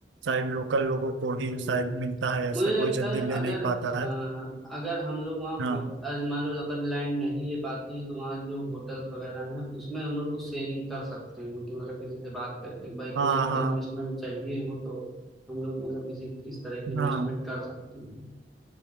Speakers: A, on the right; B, in the centre.
A: शायद लोकल लोगों को
B: हम्म
A: ही शायद मिलता है ऐसे
B: मुझे
A: कोई
B: लगता
A: जल्दी
B: है
A: ले
B: अगर
A: नहीं पाता
B: हाँ
A: है
B: अगर हम लोग वहाँ
A: हाँ
B: होट अ, मान लो अगर लैंड नहीं ले पाते हैं तो वहाँ जो होटल्स वगैरह हैं उसमें हम लोग कुछ शेयरिंग कर सकते हैं कि मतलब किसी से बात करके भाई
A: हाँ
B: कोई अगर
A: हाँ
B: इन्वेस्टमेंट चाहिए हो तो हम लोग मतलब किसी इस तरह की इन्वेस्टमेंट
A: हाँ
B: कर सकते हैं